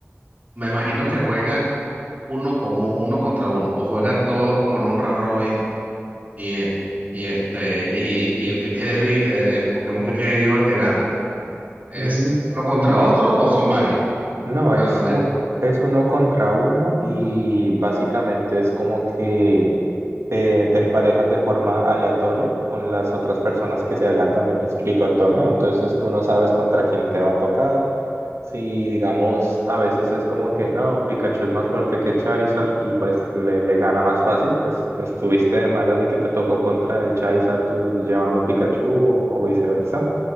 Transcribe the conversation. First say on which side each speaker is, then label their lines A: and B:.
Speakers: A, on the right; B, on the right.
A: me imagino que juegan uno con u- uno contra uno, o juegan todos como en un round robin, y, eh, y este, y, y el que quede vivo, eh, el Pokémon que quede vivo es el que gana. ¿Es
B: Mm,
A: uno contra
B: no,
A: otro o son varios?
B: no,
A: Al-
B: es
A: a ver.
B: un, es uno contra uno y básicamente es como que... te, te emparejan de forma aleatoria con las otras personas que se hayan también inscrito al torneo. Entonces tú no sabes contra quién te va a tocar. Si digamos, a veces es como que no, Pikachu es más fuerte que Charizard y pues le, le gana más fácil, pues estuviste de malas de que te tocó contra el Charizard tú llevando Pikachu o, o viceversa.